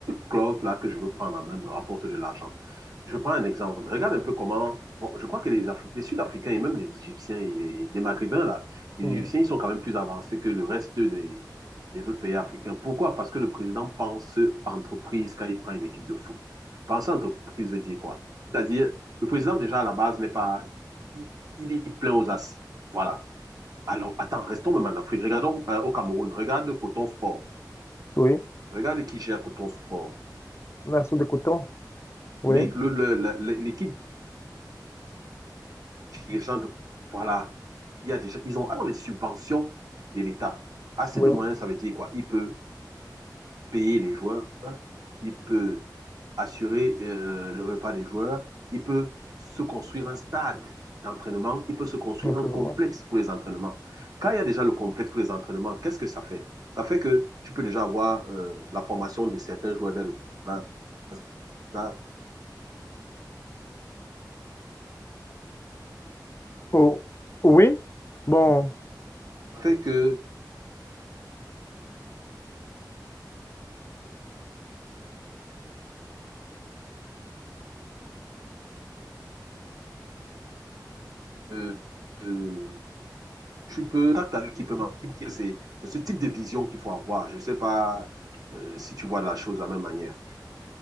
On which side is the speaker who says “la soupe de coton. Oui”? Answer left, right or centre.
Left